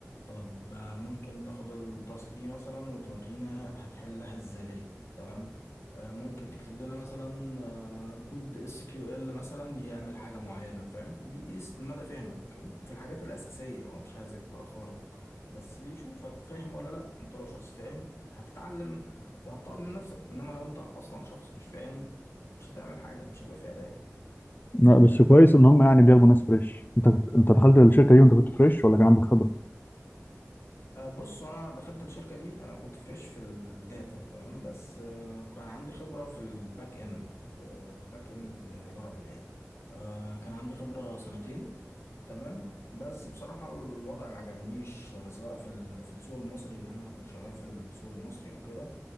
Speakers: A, on the left (about 60°); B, on the left (about 40°).
A: طب آه، ممكن تاخد التاسك دي مثلا وتورينا هتحلها ازاي تمام آه، ممكن تكتب لنا مثلا آه، كود اس كيو ال مثلا يعمل حاجه معينه فاهم بيقيس مدى فهمك في الحاجات الاساسيه هو مش عايزك تبقى خارق بس بيشوفك فاهم ولا لا انت لو شخص فاهم هتتعلم وهتطور من نفسك انما لو انت اصلا شخص مش فاهم مش هتعمل حاجه مش هيبقى فيها اداء
B: لا بس كويس ان هم يعني بياخدوا ناس فريش انت كنت... انت دخلت الشركه دي وانت كنت فريش ولا كان عندك خبره
A: أه، بص انا دخلت الشركه دي انا كنت فريش في الداتا تمام بس أه، كان عندي خبره في الباك اند في الباك اند أه، لارافيل يعني أه، كان عندي خبره سنتين تمام بس بصراحه الوضع ما عجبنيش أه، سواء في ال- في السوق المصري لان انا كنت شغال في السوق المصري وكده